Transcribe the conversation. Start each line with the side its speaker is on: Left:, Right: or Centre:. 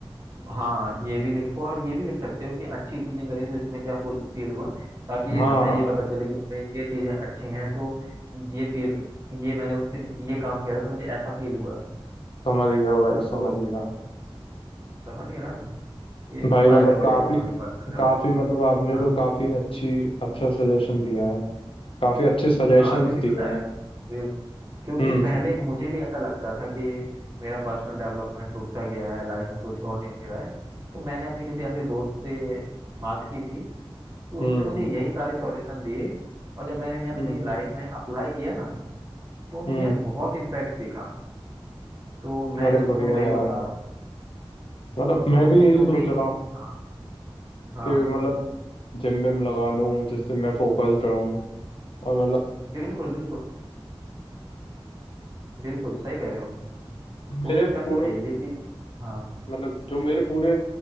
Right: हाँ ये भी लिखो और ये भी लिख सकते हो कि अच्छी चीजें करी तो इसमें क्या फील हुआ ताकि
Left: हाँ
Right: तुम्हें ये पता चले कि भाई ये चीजें अच्छी हैं तो ये फील ये मैंने उस दिन ये काम किया था तो मुझे ऐसा फील हुआ था
Left: समझ गया भाई
Right: है ना
Left: समझ
Right: तो
Left: गया
Right: समझ गए ना ये इसमें
Left: भाई
Right: फायदा
Left: मतलब काफी
Right: करेगा तुम्हारे पर्सनल डेवलपमेंट
Left: काफी मतलब आपने
Right: हाँ
Left: तो काफी अच्छी अच्छा सजेशन दिया है काफी अच्छे सजेशंस
Right: हाँ क्योंकि
Left: दिए
Right: पता है
Left: हैं
Right: बिल्कुल। क्योंकि
Left: हम्म
Right: पहले मुझे भी ऐसा लगता था कि मेरा पर्सनल डेवलपमेंट रुक सा गया है लाइफ में कुछ हो नहीं रहा है तो मैंने अपने किसी ऐसे दोस्त से बात की थी तो
Left: हम्म
Right: उसने मुझे यही सारे सॉल्यूशन दिए और जब मैंने इन्हें अपनी
Left: हम्म
Right: लाइफ में अप्लाई किया ना तो मुझे
Left: हम्म
Right: यार बहुत इम्पैक्ट दिखा तो मैं
Left: अरे
Right: भी तुम्हें
Left: बढ़िया
Right: वही
Left: यार
Right: बता रहा हूँ
Left: मतलब मैं
Right: तो
Left: भी
Right: कि
Left: यही
Right: तुम
Left: सोच
Right: भी
Left: रहा हूँ
Right: हाँ हाँ
Left: कि मतलब जिम विम लगा लूं जिससे मैं फोकस्ड रहूं और मतलब
Right: बिल्कुल बिल्कुल बिल्कुल सही कह रहे हो कोशिश
Left: मेरे
Right: करनी
Left: पूरे
Right: चाहिए ये चीज हाँ
Left: मतलब जो मेरे पूरे